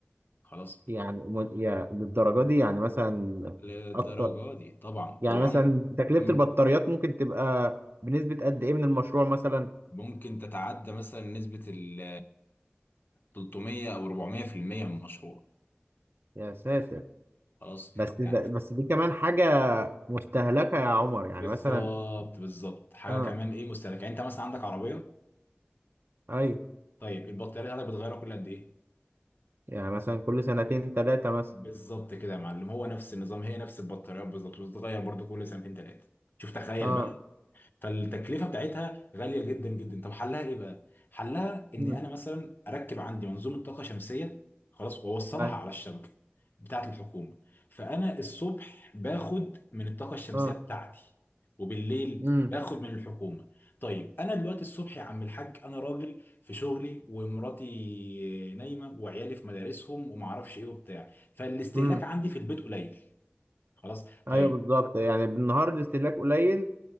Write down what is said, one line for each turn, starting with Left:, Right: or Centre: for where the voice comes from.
Left: خلاص
Right: يعني م... يعني للدرجه دي يعني مثلا
Left: للدرجه
Right: اكتر
Left: دي طبعا
Right: يعني
Left: وعم
Right: مثلا تكلفه
Left: مم.
Right: البطاريات ممكن تبقى بنسبه قد ايه من المشروع مثلا
Left: ممكن تتعدى مثلا نسبه ال 300 او 400% من المشروع
Right: يا ساتر
Left: خلاص
Right: بس ده
Left: يعني
Right: بس دي كمان حاجة مستهلكة يا عمر يعني
Left: بالظبط
Right: مثلا
Left: بالظبط حاجه
Right: اه
Left: كمان ايه مستهلك يعني انت مثلا عندك عربيه
Right: ايوه
Left: طيب البطاريه بتاعتك بتغيرها كل قد ايه
Right: يعني مثلا كل سنتين ثلاثة مثلا
Left: بالظبط كده يا معلم هو نفس النظام هي نفس البطاريات بالظبط بتتغير برضو كل سنتين ثلاثه شوف تخيل
Right: اه
Left: بقى فالتكلفه بتاعتها غاليه جدا جدا طب حلها ايه بقى؟ حلها ان
Right: امم
Left: انا مثلا اركب عندي منظومه طاقه شمسيه خلاص واوصلها
Right: ايوه
Left: على الشبكه بتاعت الحكومه فانا الصبح باخد من الطاقه الشمسيه
Right: اه
Left: بتاعتي وبالليل
Right: امم
Left: باخد من الحكومه طيب انا دلوقتي الصبح يا عم الحاج انا راجل في شغلي ومراتي نايمه وعيالي في مدارسهم ومعرفش ايه وبتاع فالاستهلاك
Right: امم
Left: عندي في البيت قليل خلاص
Right: ايوه
Left: طيب
Right: بالظبط يعني بالنهار الاستهلاك قليل